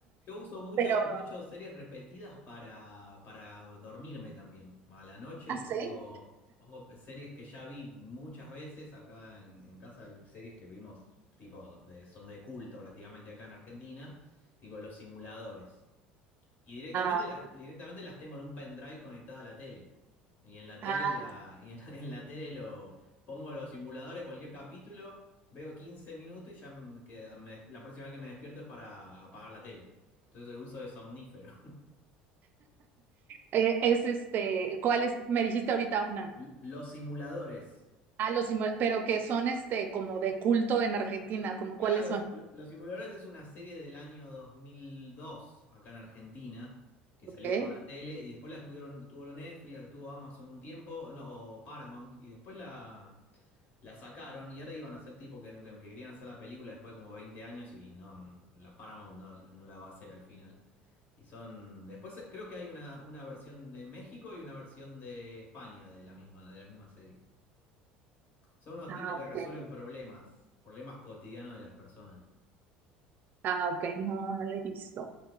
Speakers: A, on the left; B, on the right.
A: Yo uso mucho,
B: Pero
A: mucho series repetidas para, para dormirme también. A la noche
B: ah, sí,
A: pongo, pongo series que ya vi muchas veces. Acá en, en casa hay series que vimos, tipo, de, son de culto prácticamente acá en Argentina, tipo Los Simuladores. Y directamente
B: ah,
A: las, directamente las tengo en un pendrive conectada a la tele. Y en la tele
B: ah,
A: la, y en la, en la tele lo pongo los simuladores, cualquier capítulo, veo 15 minutos y ya m- que me- la próxima vez que me despierto es para apagar la tele. Entonces el uso de somnífero.
B: eh, es este, ¿cuál es? Me dijiste ahorita
A: <laughs>
B: una.
A: L- Los simuladores.
B: Ah, los, inmo- pero que son este, como de culto en Argentina, como
A: Claro,
B: cuáles
A: es-
B: son.
A: lo- Los simuladores es una serie del año 2002 acá en Argentina que
B: Ok.
A: salió por la tele y después la tuvieron, tuvo lo Netflix, la tuvo Amazon un tiempo, no, o Paramount y después la La sacaron y ahora iban a hacer tipo que, que- que querían hacer la película después de como 20 años y no, no, la Paramount no, no la va a hacer al final. Y son. Después eh, creo que hay una, una versión de México y una versión de España de la misma, de la misma serie. Son unos
B: Ah,
A: tipos que
B: ok.
A: resuelven problemas, problemas cotidianos de las personas.
B: Ah, ok. No, no la he visto.